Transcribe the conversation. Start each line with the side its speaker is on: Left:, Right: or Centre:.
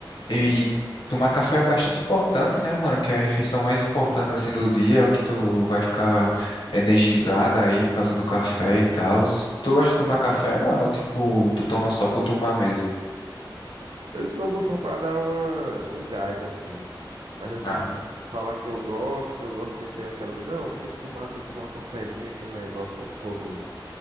Left: E
Right: Sim.
Left: tomar café é bastante importante, né, mano? Que é a refeição mais importante, assim, do dia. É o que tu vai ficar energizado aí por causa do café e tal. Tu gosta de tomar café, mano? Ou, tipo, tu toma só por tomar mesmo?
Right: Eu tomo só pra dar uma, um gás, assim. Mas, assim,
Left: Ah,
Right: diz- falar que eu gosto, que eu gosto, que eu tenho aquela de, não, tem que tomar, tem que tomar um cafezinho, aquele negócio, né? Que o povo